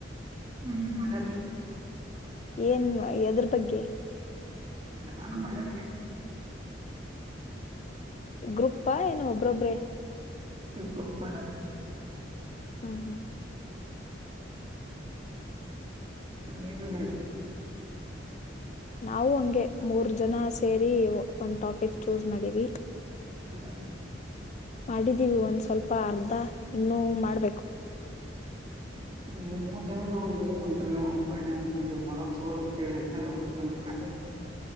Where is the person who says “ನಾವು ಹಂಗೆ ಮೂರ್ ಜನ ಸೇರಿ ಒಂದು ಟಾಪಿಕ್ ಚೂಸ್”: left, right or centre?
Left